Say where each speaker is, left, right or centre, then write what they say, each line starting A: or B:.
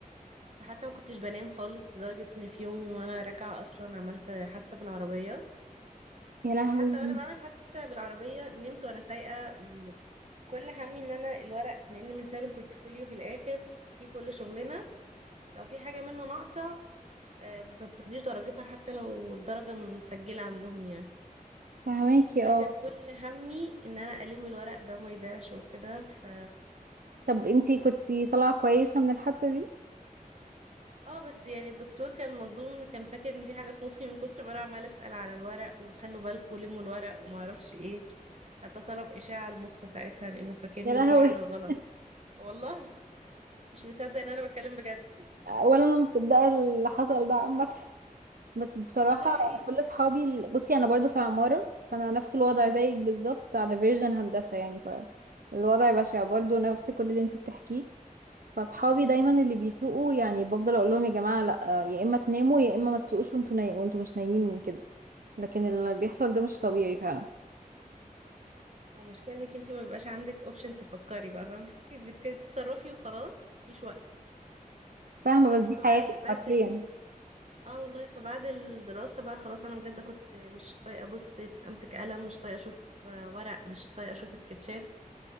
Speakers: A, on the right; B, on the right.
A: فحتى ما كنتش بنام خالص لدرجة ان في يومي وانا راجعة اصلا عملت حادثة بالعربية
B: يا لهوي
A: بس حتى وانا بعمل حادثة بالعربية نمت وانا سايقة كل همي ان انا الورق لان بنسلم بورتفوليو في الاخر في كل شغلنا لو في حاجة منه ناقصة آه، ما بتاخديش درجتها حتى لو الدرجة متسجلة عندهم يعني
B: فهماكي
A: فكان
B: اه
A: كل همي ان انا الم الورق ده ما يضيعش وكده ف
B: طب انتي كنتي طالعه كويسه من الحادثه دي
A: اه بس يعني الدكتور كان مصدوم كان فاكر ان في حاجة في مخي من كتر ما انا عمالة اسأل على الورق وخلوا بالكم لموا الورق وما اعرفش ايه حتى طلب اشعة المخ ساعتها لانه فاكرني
B: يا لهوي
A: في حاجة غلط
B: <laughs>
A: يعني والله مش مصدق ان انا بتكلم بجد <laughs>
B: ولا انا مصدقه اللي حصل ده عامه بس بصراحة
A: لا ده حقيقي
B: أنا كل أصحابي ال- بصي أنا برضو في عمارة فأنا نفس الوضع زيك بالظبط على فيرجن هندسة يعني فالوضع بشع برضو نفس كل اللي انتي بتحكيه فأصحابي دايما اللي بيسوقوا يعني بفضل أقول لهم يا جماعة لأ يا إما تناموا يا إما ما تسوقوش وانتوا نايم وانتوا مش نايمين كده لكن اللي بيحصل ده مش طبيعي فعلا
A: هو المشكلة انك انت ما بيبقاش عندك اوبشن تفكري بقى فاهمة انت بتتصرفي وخلاص في
B: فاهمة
A: بس
B: بس دي
A: فبعد
B: حياتك
A: بعد
B: حرفيا
A: ال... اه والله فبعد الدراسة بقى خلاص انا بجد كنت مش طايقة ابص امسك قلم مش طايقة اشوف آه، ورق مش طايقة اشوف سكتشات